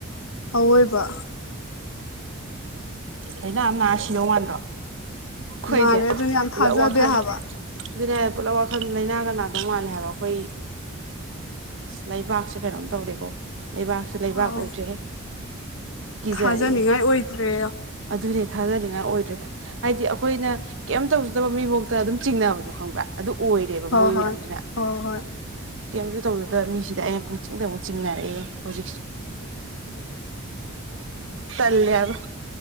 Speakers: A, on the left; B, on the right.
A: ꯑꯣꯏꯕ
B: ꯑꯩꯅ ꯅꯥ ꯁꯤꯅꯧ ꯃꯥꯟ꯭ꯔꯣ ꯑꯩꯣꯏꯁꯦ
A: ꯃꯥꯜꯂꯦ ꯑꯗꯨꯅ ꯌꯥꯝ
B: ꯄꯨꯂꯞ
A: ꯊꯥꯖꯗꯦ
B: ꯋꯥꯈꯜ
A: ꯍꯥꯏꯕ
B: ꯑꯗꯨꯅꯦ ꯄꯨꯂꯞ ꯋꯥꯈꯜ ꯂꯥꯏꯅꯥ ꯀꯅꯥꯗꯧ ꯃꯥꯜꯂꯦ ꯍꯥꯏꯕ ꯑꯩꯈꯣꯏ ꯑ ꯂꯩꯕꯥꯛꯁꯦ ꯀꯩꯅꯣꯝ ꯇꯧꯔꯦꯀꯣ ꯂꯩꯕꯥꯛꯁꯦ ꯂꯩꯕꯥꯛ
A: ꯑꯥ
B: ꯑꯣꯏꯗ꯭ꯔꯦꯍꯦ ꯀꯖꯔꯦ
A: ꯊꯥꯖꯅꯤꯡꯉꯥꯏ ꯑꯣꯏꯗ꯭ꯔꯦ
B: ꯑꯗꯨꯔꯦ ꯊꯥꯖꯅꯤꯡꯉꯥꯏ ꯑꯣꯏꯗ꯭ꯔꯦ ꯍꯥꯏꯗꯤ ꯑꯩꯈꯣꯏꯅ ꯀꯩꯝ ꯇꯧꯖꯗꯕ ꯃꯤꯐꯥꯎꯇ ꯑꯗꯨꯝ ꯆꯤꯡꯅꯕꯗꯣ ꯈꯪꯕ꯭ꯔꯥ ꯑꯗꯨ ꯑꯣꯏꯔꯦꯕ
A: ꯍꯣꯏ
B: ꯃꯣꯏ
A: ꯍꯣꯏ
B: ꯃꯌꯥꯝꯁꯤꯅ
A: ꯍꯣꯏ ꯍꯣꯏ
B: ꯀꯦꯝꯁꯨ ꯇꯧꯗꯨꯗ ꯃꯤꯁꯤꯗ ꯑꯩꯅ ꯄꯨꯛ ꯆꯤꯡꯗ ꯑꯃꯨꯛ ꯆꯤꯡꯅꯔꯛꯑꯦ ꯍꯧꯖꯤꯛ ꯇꯂꯦꯕ